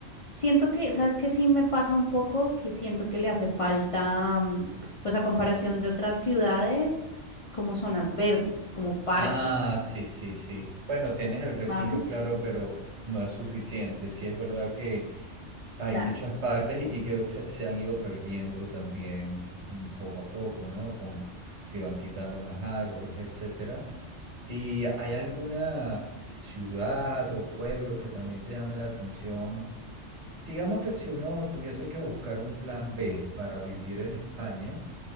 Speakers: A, on the left; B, on the right.
A: siento que, ¿sabes qué? Sí me pasa un poco que siento que le hace falta, mm, pues a comparación de otras ciudades, como zonas verdes, como parques.
B: Ah, sí, sí, sí. Bueno, tienes el retiro,
A: ¿sabes?
B: claro, pero no es suficiente. Sí es verdad que hay
A: Claro.
B: muchas partes y que se, se han ido perdiendo también mm, poco a poco, ¿no? Con, se van quitando más árboles, etcétera. ¿Y hay alguna ciudad o pueblo que también te llame la atención? Digamos que si uno tuviese que buscar un plan B para vivir en España